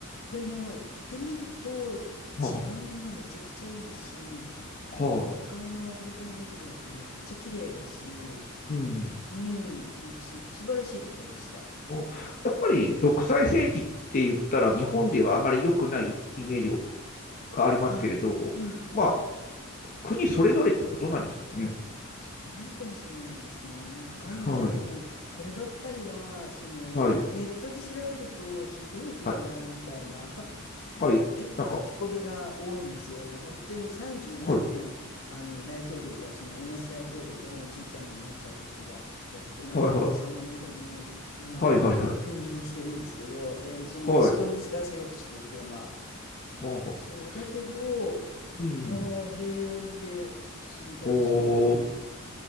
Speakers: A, on the left; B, on the left.
A: でも行ってみると治安はめちゃくちゃいいし。
B: はははははいええああはいはいはいはあはあ
A: 他のアフリカの国と比べてめっちゃ綺麗だし、
B: うん。
A: うん、なんかす、素晴らしいところでした。
B: おやっぱり独裁政治って言ったら日本ではあまり良くないイメージがありますけれど、
A: うん、うん。
B: まあ、国それぞれってことなんですよね。
A: そうなのかもしれないですね。わかんない。
B: はい、
A: でも、こればっかりは、その、
B: はい、
A: ネットで調べるとひどい国だな、
B: はい、
A: みたいな。
B: はい、
A: 結構書き込みが多いんですよ。
B: なんか、
A: もう本当に三十何年あの大統領がその同じ大統領がもうおじいちゃんになっちゃった人がやっててまるで王様のように、
B: はい、はいはい、
A: うん、
B: はいはいはい、
A: 君臨してるんですけどでその息子に継がせようとしていてまあ
B: はい、はあはあ、
A: そうだけど
B: うん。
A: いやー平穏で素晴らしい。
B: おー、
A: うん、